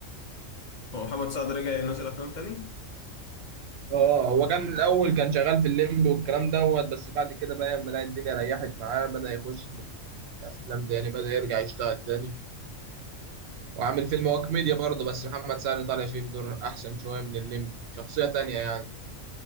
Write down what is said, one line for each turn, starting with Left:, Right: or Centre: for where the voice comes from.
Left: هو محمد سعد رجع ينزل افلام تاني
Right: اه هو كان الاول كان شغال في الليمبي والكلام دوت بس بعد كده بقى لما لقى الدنيا ريحت معاه بدأ يخش في الافلام تاني بدأ يرجع يشتغل تاني وعامل فيلم هو كوميديا برضه بس محمد سعد طالع فيه بدور أحسن شوية من الليمبي شخصية تانية يعني